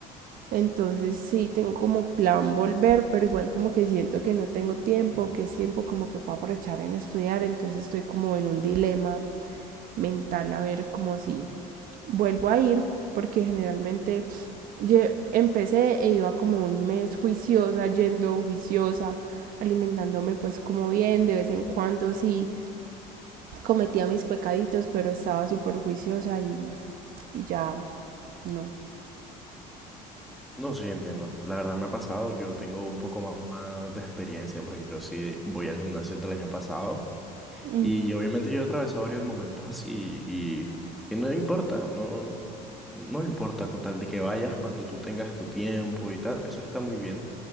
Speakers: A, on the right (about 60°); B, in the centre.
A: Entonces sí tengo como plan volver, pero igual como que siento que no tengo tiempo, que es tiempo como que puedo aprovechar en estudiar, entonces estoy como en un dilema mental a ver como si vuelvo a ir porque generalmente yo empecé e iba como un mes juiciosa, yendo juiciosa, alimentándome pues como bien, de vez en cuando sí cometía mis pecaditos, pero estaba súper juiciosa y, y ya no.
B: No, sí, entiendo. La verdad me ha pasado, yo tengo un poco ma- más de experiencia porque yo sí voy al gimnasio del año pasado
A: Ujú,
B: y obviamente yo he atravesado varios momentos así y, y no importa, no, no importa con tal de que vayas cuando tú tengas tu tiempo y tal, eso está muy bien.